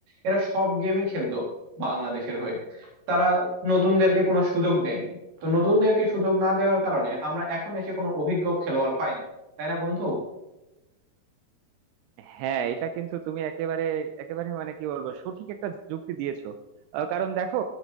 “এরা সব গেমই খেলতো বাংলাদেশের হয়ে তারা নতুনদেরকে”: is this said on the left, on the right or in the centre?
Right